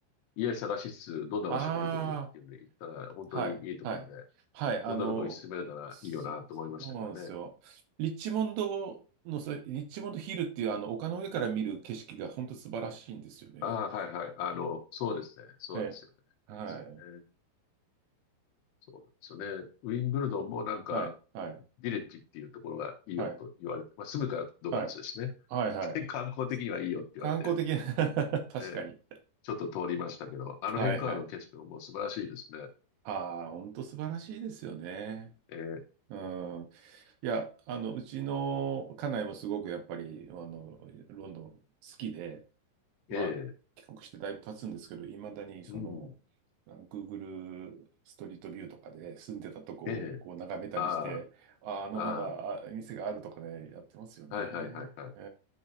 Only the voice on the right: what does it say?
あ
あ。はい、はい、はい、あの、
そ、そうなんですよ。リッチモンドの、それ、リッチモンドヒルっていう、あの、丘の上から見る景色が本当素晴らしいんですよね。
ええ、
はい、
はい、はい、
はい、
はい、はい、
はい。
観光的な <laughs> 確かに。
はい、はい。ああ、本当素晴らしいですよね。
うん。いや、あの、うちの家内もすごくやっぱり、あの、ロンドン好きで、
まあ、帰国してだいぶ経つんですけど、いまだにその、
あ Google ストリートビューとかで住んでたとこをこう眺めたりして、
あ、あのまだあ店があるとかね、
やってますよね。
え